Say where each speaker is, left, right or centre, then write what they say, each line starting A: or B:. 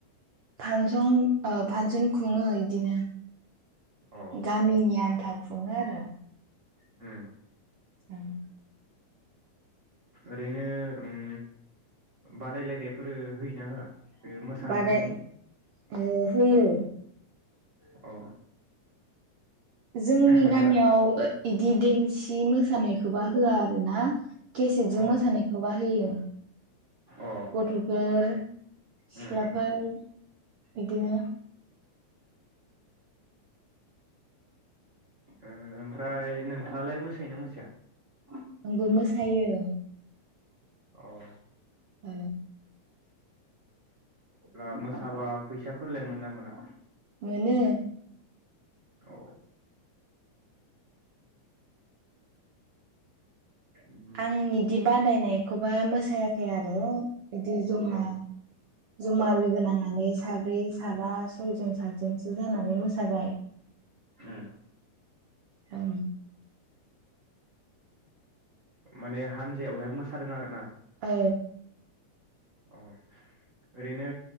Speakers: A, on the right; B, on the right.
A: फांसं ओ फानसन खुङो इदिनो।
B: अ
A: गामिनि आन्था। खुङो आरो।
B: उम।
A: ओं।
B: ओरैनो उम बादायलायनायफोर होयोना होआ? बे मोसानायफोरनि
A: बादाय अ होयो
B: अ
A: जोंनि
B: ओमफ्राय
A: गामियाव ओ इदि देमस बिदि मोसानायखौबा होआ आरो ना केसेटजों
B: अ
A: मोसानायखौबा होयो
B: अ
A: गथ'फोर सिख्लाफोर
B: उम
A: बिदिनो
B: औ ओमफ्राय नोंथांङालाय मोसायाना मोसाया
A: आंबो मोसायो
B: अ
A: औ
B: अब्ला मोसाबा फैसाफोरलाय मोनो ना मोना
A: मोनो
B: औ उम
A: आं बिदि बादायनायखौबा मोसायाखै आरो बिदि जमा
B: औ
A: जमा लोगो नांनानै साब्रै साबा सयजन सातजनसो जानानै मोसाबाय
B: उम
A: औ
B: माने हानजायावहाय मोसादों आरो ना
A: औ
B: अ ओरैनो